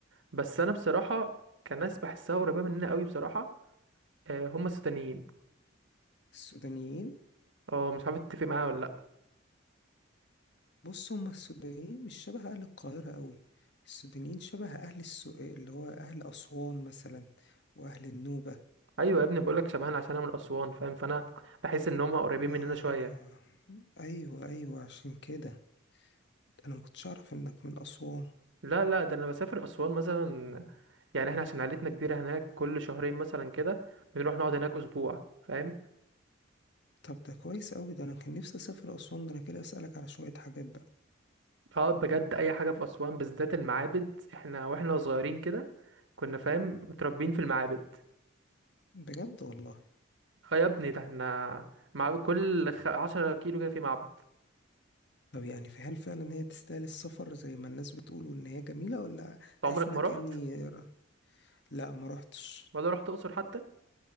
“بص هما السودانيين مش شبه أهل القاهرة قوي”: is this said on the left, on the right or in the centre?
Left